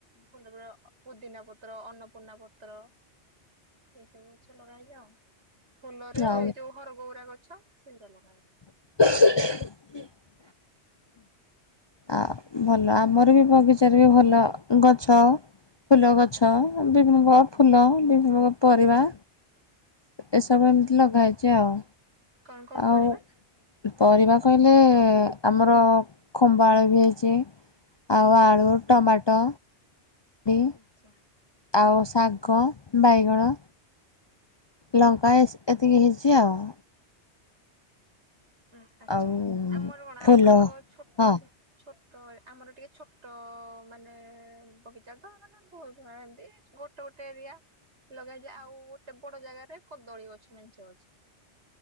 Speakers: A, on the right; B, on the left.
A: ଫୁଲ ପୁଦିନା ପତ୍ର ଅନ୍ନପୂର୍ଣ୍ଣା ପତ୍ର <inaudible> ଏସବୁ ଗଛ ଲଗା ହେଇଛି ଆଉ ପୁ ଫୁଲରେ
B: ଆଉ
A: ଏଇ ଯୋଉ ହର ଗୌରା ଗଛ ସେଇରା ଲଗାହେଇଛି।
B: <inaudible> ଆ ଭଲ ଆମର ବି ବଗିଚାରେ ବି ଭଲ ଗଛ। ଫୁଲ ଗଛ ବିଭିନ୍ନ ପ୍ରକାର ଫୁଲ ବିଭିନ୍ନ ପ୍ରକାର ପରିବା ଏସ ସବୁ ଏମିତି
A: ଆଛା
B: ଲଗାହେଇଛି ଆଉ।
A: କଣ କଣ
B: ଆଉ
A: ପରିବା?
B: ପରିବା କହିଲେ ଆମର ଖମ୍ବା ଆଳୁ ବି ହେଇଛି। ଆଉ ଆଳୁ ଟମାଟୋ। ବି
A: ଆଚ୍ଛା।
B: ଆଉ ଶାଗ ବାଇଗଣ। ଲଙ୍କା ଏତିିକି ହେଇଛି ଆଉ
A: ହୁଁ ଆଛା
B: ଆଉ
A: ଆମର କଣ
B: ଫୁଲ
A: ଆମର ଛୋଟରେ
B: ହଁ
A: ଛୋ ତ ଆମର ଟିକେ ଛୋଟ ମାନେ ବଗିଚା ମାନେ ବହୁତ ଏମତି ଗୋଟେ ଗୋ ଟେରିଆ ଲଗେଇଯାଏ ଆଉ ଗୋଟେ ବଡ ଜାଗାରେ କଦଳୀ ଗଛ ମେଞ୍ଚେ ଅଛି।